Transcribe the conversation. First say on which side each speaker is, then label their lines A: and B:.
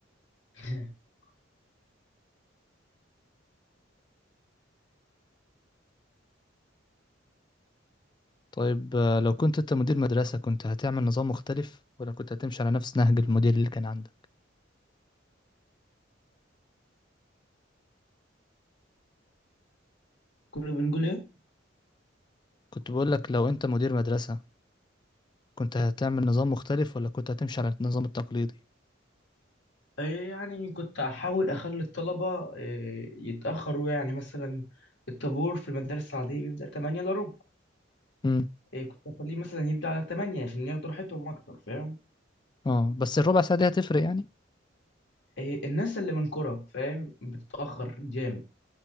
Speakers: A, on the left (about 65°); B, on the left (about 25°).
A: <laughs>
B: طيب آه، لو كنت انت مدير مدرسة كنت هتعمل نظام مختلف ولا كنت هتمشي على نفس نهج المدير اللي كان عندك
A: كنا بنقول ايه
B: كنت بقول لك لو انت مدير مدرسة كنت هتعمل نظام مختلف ولا كنت هتمشي على النظام التقليدي
A: إيه يعني كنت احاول اخلي الطلبه إيه يتاخروا يعني مثلا الطابور في المدارس العاديه بيبدا 8 الا ربع
B: امم
A: إيه كنت اخليه مثلا يبدا على 8 عشان ياخدوا راحتهم اكتر فاهم
B: اه بس الربع ساعة دي هتفرق يعني
A: إيه الناس اللي من كرة فاهم بتتاخر جامد